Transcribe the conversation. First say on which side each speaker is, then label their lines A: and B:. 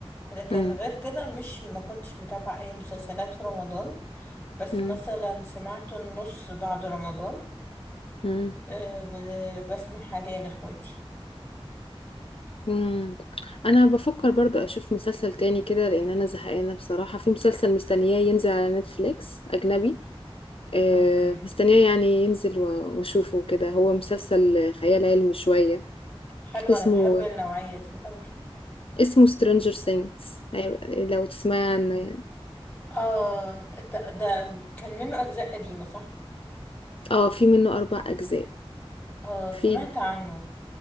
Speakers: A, on the left (about 20°); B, on the left (about 65°).
A: لكن
B: مم.
A: غير كده مش ما كنتش متابعة اي مسلسلات في رمضان بس
B: مم.
A: مثلا سمعت النص بعد رمضان
B: مم.
A: آه، وبسمع حاليا اخواتي
B: مم. انا بفكر برضو اشوف مسلسل تاني كده لان انا زهقانه بصراحه في مسلسل مستنياه ينزل على نتفليكس اجنبي آه،
A: اوكي
B: مستنياه يعني ينزل و- واشوفه كده هو مسلسل خيال علمي شويه
A: حلو
B: اسمه
A: انا بحب النوعية دي قوي
B: اسمه Stranger Things أيوة، لو تسمع عنه يعني
A: اه ده, ده كان منه اجزاء قديمة صح
B: اه في منه أربع أجزاء
A: اه سمعت
B: في
A: عنه